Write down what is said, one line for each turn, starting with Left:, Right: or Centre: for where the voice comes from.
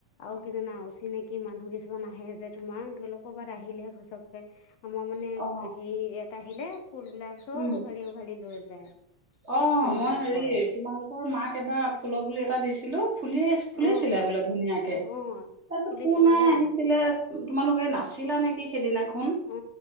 Left: আৰু কি জানা অচিনাকি মানুহ কিছুমান আহে যে, তোমাৰ ধৰি লও ক'ৰবাত আহিলে ঘচককে আমাৰ মানে হেৰি
Right: অ
Left: ইয়াত আহিলে ফুলবিলাক চব
Right: উম
Left: উঘালি, উঘালি লৈ যায়।
Right: অ'
Left: সেনেকুৱা
Right: মই হেৰি
Left: কৰে
Right: তোমালোকৰ মাক এবাৰ ফুলৰপুলি এটা দিছিলো ফুলিয়ে ফুলিছিলে
Left: অ
Right: বোলে ধুনীয়াকে,
Left: অ
Right: তাৰপিছত
Left: ফুলিছিলে
Right: কোনে
Left: লৈ
Right: আহিছিলে
Left: গ'ল
Right: তোমালোকে, নাছিলা নেকি? সি, সেইদিনাখন
Left: অ